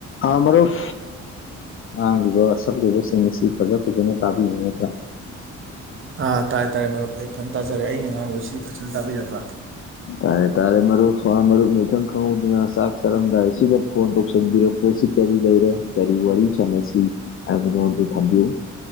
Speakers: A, on the left (about 45°); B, on the right (about 40°).
A: ꯑꯥ ꯃꯔꯨꯞ ꯉꯥꯡꯂꯤꯕ ꯁꯛꯂꯤꯕꯁꯤꯡ ꯑꯁꯤ ꯐꯖ ꯐꯖꯅ ꯇꯥꯕꯤꯕ ꯅꯠꯇ꯭ꯔꯥ
B: ꯑꯥ ꯇꯥꯔꯦ ꯇꯥꯔꯦ ꯃꯔꯨꯞ ꯑꯩ ꯐꯅ ꯇꯥꯖꯔꯦ ꯑꯩꯩꯅ ꯉꯥꯡꯕꯁꯤꯗꯤ ꯐꯖꯅ ꯇꯥꯕꯤꯔꯕ꯭ꯔꯥ
A: ꯇꯥꯔꯦ ꯇꯥꯔꯦ ꯃꯔꯨꯞꯅ ꯢꯈꯪ ꯈꯪꯍꯧꯗꯅ ꯆꯥꯛ ꯆꯥꯔꯝꯗꯥꯢꯁꯤꯗ ꯐꯣꯟ ꯇꯧꯁꯤꯟꯕꯤꯔꯛꯄꯁꯤꯕꯨ ꯀꯔꯤ ꯂꯩꯔꯦ ꯀꯔꯤ ꯋꯥꯔꯤ ꯁꯥꯟꯅꯁꯤ ꯍꯥꯏꯕꯗꯣ ꯑꯗꯨ ꯊꯝꯕꯤꯌꯨ